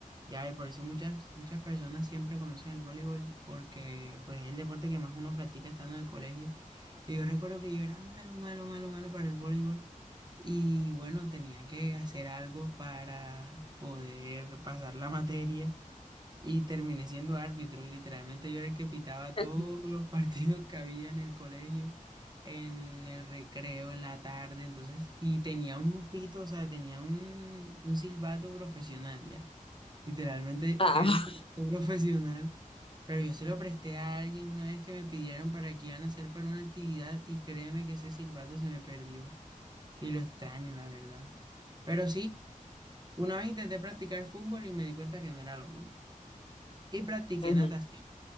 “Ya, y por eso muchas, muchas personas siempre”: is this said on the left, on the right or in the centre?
Right